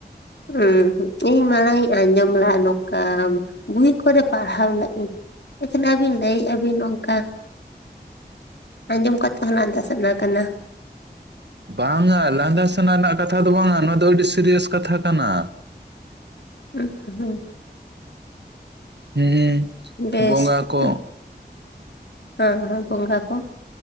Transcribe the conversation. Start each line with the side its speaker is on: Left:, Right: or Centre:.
Left: ᱩᱸ ᱦᱩᱜ ᱤᱧ ᱢᱟᱲᱟᱝ ᱤᱧ ᱟᱸᱡᱚᱢ ᱞᱟᱜ-ᱟ ᱱᱚᱠᱟ ᱵᱩᱭ ᱠᱚᱨᱮ ᱯᱟᱲᱦᱟᱣ ᱞᱮᱜ ᱤᱧ, ᱮᱠᱷᱟᱱ ᱟᱹᱵᱤᱱ ᱞᱟᱹᱭᱮᱜ-ᱟ ᱵᱤᱱ ᱚᱝᱠᱟ ᱟᱸᱡᱚᱢ ᱠᱟ ᱛᱚ ᱞᱟᱸᱫᱟ ᱥᱟᱱᱟ ᱠᱟᱱᱟ᱾
Right: ᱵᱟᱝᱼᱟ ᱞᱟᱸᱫᱟ ᱥᱟᱱᱟ ᱨᱮᱱᱟᱜ ᱠᱟᱛᱷᱟ ᱫᱚ ᱵᱟᱝᱟ ᱱᱚᱣᱟ ᱫᱚ ᱟᱹᱰᱤ ᱥᱤᱨᱤᱭᱟᱹᱥ ᱠᱟᱛᱷᱟ ᱠᱟᱱᱟ᱾
Left: ᱦᱩᱸ ᱦᱩᱸ᱾
Right: ᱦᱩᱸ᱾
Left: ᱵᱮᱥ
Right: ᱵᱚᱸᱜᱟ
Left: ᱜᱮᱛᱚ
Right: ᱠᱚ
Left: ᱦᱮᱸ ᱦᱮᱸ ᱦᱮᱸ ᱵᱚᱸᱜᱟ ᱠᱚ᱾